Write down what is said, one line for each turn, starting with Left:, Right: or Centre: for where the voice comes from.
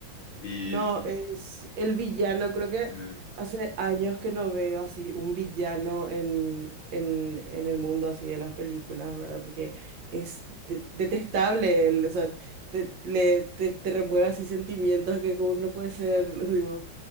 Left: Y
Right: No, es el villano, creo que
Left: eh,
Right: hace años que no veo así un villano en, en, en el mundo así
Left: ujú.
Right: de las películas, ¿verdad? Porque es de- detestable él, o sea, te, le, te, te remueve así sentimientos que como que no puede ser, <laughs> digo,